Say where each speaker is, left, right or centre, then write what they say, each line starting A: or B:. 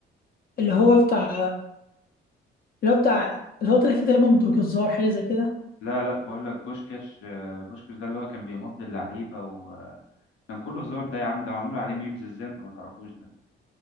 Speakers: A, on the left; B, on the left.
A: اللي هو بتاع اللي هو بتاع اللي هو طلع فيه تقريبا بدور جزار حاجه زي كده
B: لا لا بقول لك بوشكاش آه، بوشكاش ده اللي هو كان بيمضي اللعيبه وكان كله هزار ده يا عم ده معمول عليه ميمز ازاي انت ما تعرفوش ده